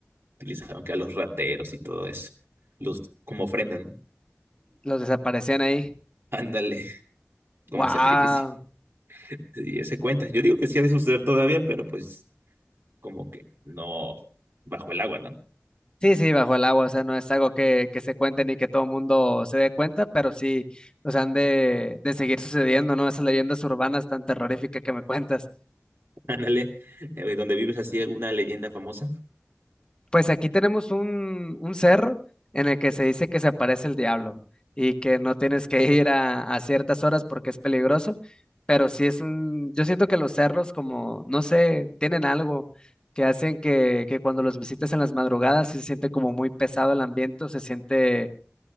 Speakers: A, on the right (about 60°); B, on the left (about 20°).
A: utilizaban que a los rateros y todo eso, los, como ofrenda, ¿no?
B: Los desaparecían ahí.
A: <laughs> Ándale,
B: ¡Wow!
A: como sacrificio. Y ese cuenta. Yo digo que sí ha de suceder todavía, pero pues como que no bajo el agua, ¿no?
B: Sí, sí, bajo el agua, o sea, no es algo que, que se cuente ni que todo el mundo se dé cuenta, pero sí, nos han de, de seguir sucediendo, ¿no? Esas leyendas urbanas tan terroríficas que me cuentas.
A: <laughs> Ándale, eh, donde vives así alguna leyenda famosa.
B: Pues aquí tenemos un, un cerro en el que se dice que se aparece el diablo y que no tienes que ir a, a ciertas horas porque es peligroso, pero sí es un, yo siento que los cerros como, no sé, tienen algo que hacen que, que cuando los visitas en las madrugadas sí se siente como muy pesado el ambiente, o se siente,